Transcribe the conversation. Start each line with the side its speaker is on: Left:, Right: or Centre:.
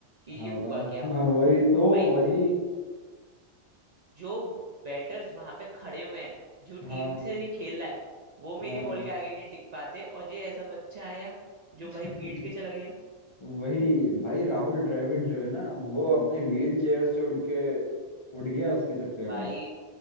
Right: कि ये
Left: हाँ
Right: हुआ
Left: बताओ <laughs>
Right: क्या
Left: हाँ वही तो
Right: भाई
Left: वही
Right: जो बैटर्स वहां पे खड़े हुए हैं जो टीम
Left: हाँ
Right: से ये खेल रहा है वो मेरी
Left: हाँ
Right: बॉल के आगे नहीं टिक पाते और ये ऐसा बच्चा आया जो भाई
Left: <laughs>
Right: पीट के चला गया
Left: वही भाई राहुल द्रविड़ जो है ना वो अपने व्हील चेयर से उठ के उठ गया उसके चक्कर
Right: भाई
Left: में